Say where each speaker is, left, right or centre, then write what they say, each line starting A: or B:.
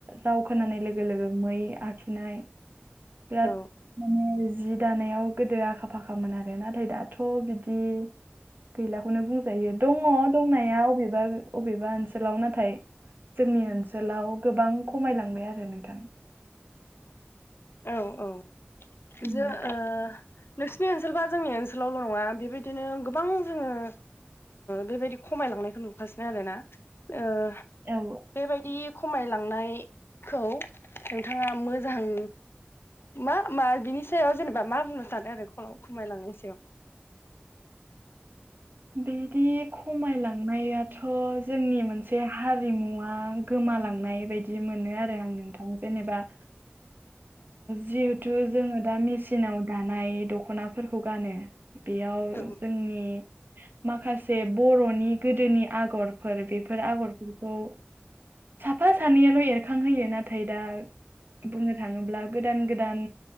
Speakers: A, on the right; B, on the left.
A: जाव खोनानाय लोगो लोगो मै आखिनाय बिराद
B: औ
A: माने जि दानायाव गोदो आखा फाखामोन आरो नाथाय दाथ' बिदि गैलाखौनो बुंजायो दङ दंनाया अबेबा अबेबा ओनसोलाव नाथाय जोंनि ओनसोलाव गोबां खमायलांबाय आरो नोंथां
B: औ औ
A: उम,
B: जो ओ नोंसिनि बा जोंनि ओनसोलावल' नङा बेबायदिनो गोबां जोङो बेबायदि खमायलांनायखौ नुगासिनो आरोना ओ-
A: औऔ
B: बेबायदि खमायलांनायखौ नोंथाङा मोजां मा -मा बिनि सायाव जेनेबा मा बुंनो सानो आरो खल खमायलांनायनि सायाव
A: बिदि खमायलांनायाथ' जोंनि मोनसे हारिमुवा गोमालांनाय बायदि मोनो आरो आं नोंथां जेनेबा
B: <inaudible>
A: जिहेथु जोङो दा मेसिनाव दानाय दखनाफोरखौ गानो बेयाव
B: औ
A: जोंनि माखासे बर'नि गोदोनि आगरफोर बेफोर आगरफोरखौ साफा सानैयाल' एरखांहोयो नाथाय दा बुंनो थाङोब्ला गोदान- गोदान